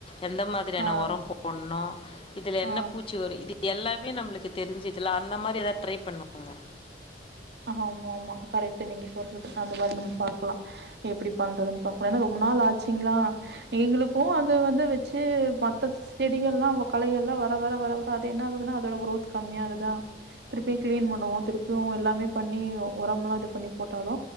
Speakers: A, on the left; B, on the right.
A: எந்த மாதிரியான
B: ஆ
A: ஒரோ போட்ணு இதுல என்ன
B: ஆ
A: பூச்சி வரு இது எல்லாமே நம்மளுக்கு தெருஞ்சுதுல்லா அந்த மாரி எதாவது ட்ரை பண்ணுங்க
B: ஆமா ஆமா கரெக்ட்டு நீங்க ஃபோர் அந்த மாரி நம்ம பாக்கலா எப்டி பண்றதுன் பாக்கலா ஏன்னா ரொம்ப நாள் ஆச்சுங்களா எங்ளுக்கும் அது வந்து வெச் த்து மத்து செடிகல்லா களையெல்லா வர வர வர வர அது என்ன ஆகுதுன்னா அதோட குரோத் கம்மியாகுதா திருப்பி கிளீன் பண்ணுவோ திருப்பியு எல்லாமே பண்ணி ஒரமெல்லா இது பண்ணி போட்டாலு